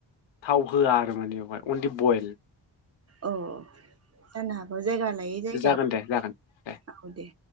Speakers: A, on the left; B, on the right.
A: थाव होआ आरो माने बेवहाय अनलि बयल
B: अ जानो हाग औ जायगाालाय जायगा
A: जागोन दे जागोन दे
B: औ दे